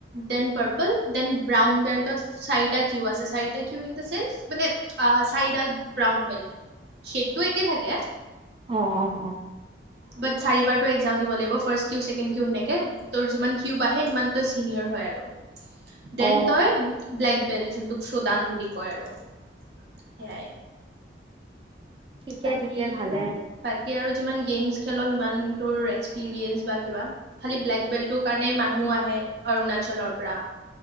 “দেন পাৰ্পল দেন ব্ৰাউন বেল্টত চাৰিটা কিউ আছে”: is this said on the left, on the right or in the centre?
Right